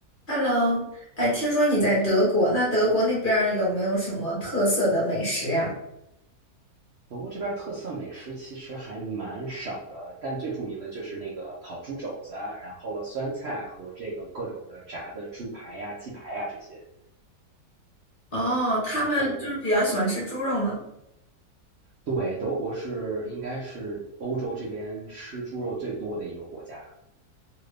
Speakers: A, on the left; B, on the right.
A: Hello，哎，听说你在德国，
B: 嗯，
A: 那德国那边儿有没有什么特色的美食呀？
B: 德国这边儿特色美食其实还蛮少的，但最著名的就是那个烤猪肘子啊，然后了酸菜和这个各种的炸的猪排呀、鸡排呀这些。
A: 哦，他们就是比较喜欢吃猪肉吗？
B: 然后，对，德国是应该是欧洲这边吃猪肉最多的一个国家。